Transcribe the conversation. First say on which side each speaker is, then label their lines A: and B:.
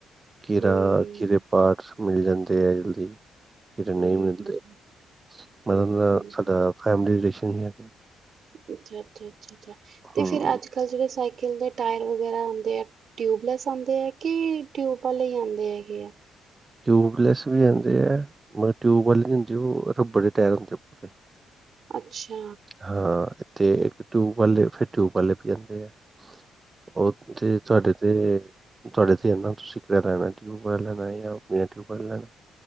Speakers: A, on the right; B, on the right.
A: ਕੀਰਾ
B: ਹੂੰ
A: ਕਿਰੇ ਪਾਰਟਸ ਮਿਲ ਜਾਂਦੇ ਹੈ ਜਲਦੀ ਕਿਤੇ ਨਹੀਂ
B: ਹੂੰ ਹੂੰ
A: ਮਿਲਦੇ
B: ਹੂੰ
A: ਮੈਂ ਤਾਂ
B: ਹੂੰ ਹੂੰ
A: ਸਾਡਾ ਫੈਮਲੀ ਰਿਲੇਸ਼ਨ ਨਹੀਂ ਹੈ ਗਾ
B: ਅੱਛਾ। ਅੱਛਾ ਅੱਛਾ ਤੇ
A: ਹੂੰ
B: ਫਿਰ ਅੱਜ ਕੱਲ੍ਹ ਜਿਹੜੇ ਸਾਈਕਲ ਦੇ ਟਾਇਰ ਵਗੈਰਾ ਆਉਂਦੇ ਆ ਟਿਊਬਲੈਸ ਆਉਂਦੇ ਆ ਕਿ ਟਿਊਬ ਵਾਲੇ ਆਉਂਦੇ ਹੈਗੇ ਆ।
A: ਟਿਊਬਲੈਸ ਵੀ ਆਉਂਦੇ ਹੈ ਮਗਰ ਟਿਊਬ ਵਾਲੀ ਹੁੰ ਉਹ ਰੱਬੜ ਦੇ ਟਾਇਰ ਹੁੰਦੇ ਪੂਰੇ
B: ਅੱਛਾ
A: ਹਾਂ। ਅਤੇ ਇੱਕ ਟਿਊਬ ਵਾਲੇ ਫਿਰ ਟਿਊਬ ਵਾਲੇ ਵਿ ਆਦੇ ਆ ਉਹ ਤੇ ਤੁਹਾਡੇ ਤੇ ਤੁਹਾਡੇ ਤੇ ਇਨਾ ਤੁਸੀਂ ਕਿਹੜਾ ਲੈਣਾ ਟਿਊਬ ਵਾਲਾ ਲੈਣਾ ਜਾਂ ਬੀਣਾ ਟਿਊਬ ਵਾਲਾ ਲੈਣਾ।